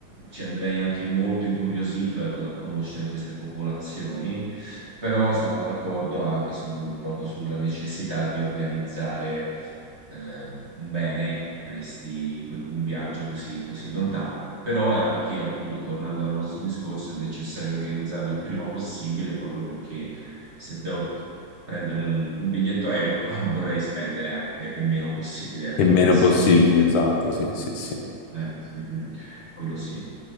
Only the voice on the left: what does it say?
E meno
possibile,
esatto, sì, sì, sì.